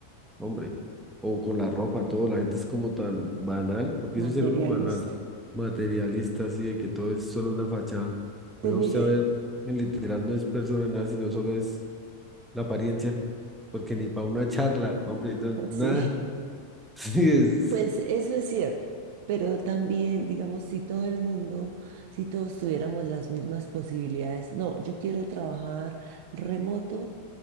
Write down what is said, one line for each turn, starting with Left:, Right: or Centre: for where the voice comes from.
Centre: hombre. O con la ropa, todo. La gente es como tan banal, porque eso
Right: materialista.
Centre: es ser uno banal, materialista, así de que todo es solo una fachada.
Right: Pues
Centre: Y va
Right: mire,
Centre: usted a ver, en literal no es persona ni nada, sino solo es la apariencia, porque ni para una charla, hombre, no- nada.
Right: <laughs> sí.
Centre: <laughs> Sí, es,
Right: Pues eso es cierto, pero también, digamos, si todo el mundo, si todos tuviéramos las mismas posibilidades, no, yo quiero trabajar remoto